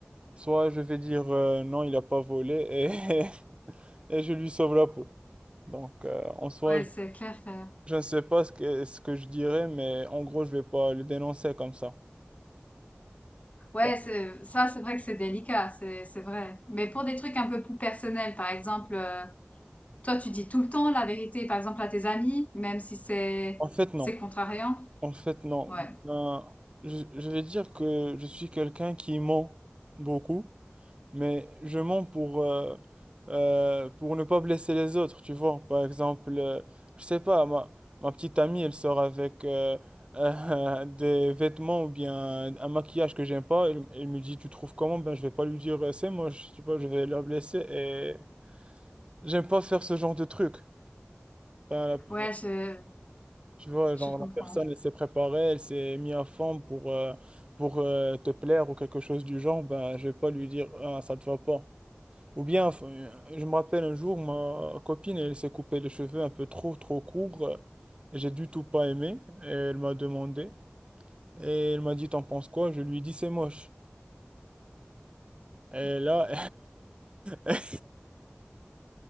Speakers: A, on the right; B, on the left.
A: soit je vais dire euh, non, il a pas volé et, <laughs> et je lui sauve la peau. Donc, euh, en soi,
B: Ouais,
A: je,
B: c'est clair. que-
A: je ne sais pas ce que, ce que je dirais, mais en gros, je vais pas le dénoncer comme ça.
B: Ouais,
A: Ouais.
B: c'est, ça, c'est vrai que c'est délicat, c'est, c'est vrai. Mais pour des trucs un peu plus personnels, par exemple, euh, toi, tu dis tout le temps la vérité, par exemple, à tes amis, même si c'est,
A: En fait, non.
B: c'est contrariant.
A: En fait, non.
B: Ouais,
A: Ben, je, je vais dire que je suis quelqu'un qui ment beaucoup. mais je mens pour, euh, euh, pour ne pas blesser les autres, tu vois. Par exemple, euh, je sais pas, ma, ma petite amie, elle sort avec euh, <laughs> euh, des vêtements ou bien un, un maquillage que j'aime pas. Elle, elle me dit, tu trouves comment? Ben, je vais pas lui dire, euh, c'est moche, tu vois, je vais la blesser et j'aime pas faire ce genre de truc. Ben, la-
B: ouais, je,
A: tu vois,
B: je
A: genre,
B: comprends.
A: la personne, elle s'est préparée, elle s'est mise à fond pour, euh, pour euh, te plaire ou quelque chose du genre. Ben, je vais pas lui dire, ah, ça te va pas. Ou bien, enfin, je me rappelle un jour, ma copine, elle s'est coupé les cheveux un peu trop, trop courts. euh, J'ai du tout pas aimé. Et elle m'a demandé. Et elle m'a dit, t'en penses quoi? Je lui ai dit, c'est moche. Et là, <laughs>